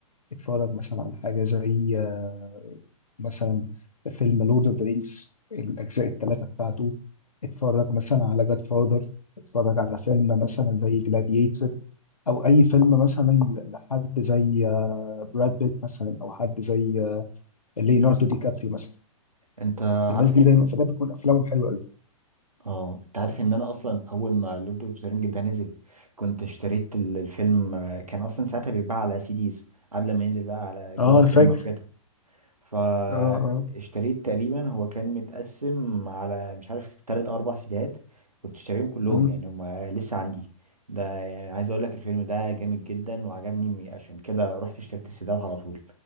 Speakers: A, on the left; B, on the right.
A: اتفرج مثلا على حاجه زي آه، مثلا فيلم لورد اوف ذا رينجز الاجزاء الثلاثه بتاعته اتفرج مثلا على جاد فاذر اتفرج على فيلم مثلا زي جلاديتور او اي فيلم مثلا لحد زي آه، براد بيت مثلا او حد زي آه، ليوناردو دي كابريو مثلا
B: انت
A: الناس
B: عارف
A: دي دايما في الأغلب بتكون افلامهم حلوه قوي
B: اه انت عارف ان انا اصلا اول ما لورد اوف ذا رينج ده نزل كنت اشتريت ال- الفيلم آه، كان اصلا ساعتها بيتباع على سيديز قبل ما ينزل بقى على جو
A: اه
B: السينما
A: انا فاكر
B: وكده فاشتريت
A: اه اه
B: تقريبا هو كان متقسم على مش عارف تلات او اربع سيديهات كنت اشتريهم كلهم
A: مم.
B: يعني هم لسه عندي ده يعني عايز اقول لك الفيلم ده جامد جدا وعجبني عشان كده رحت اشتريت السيديهات على طول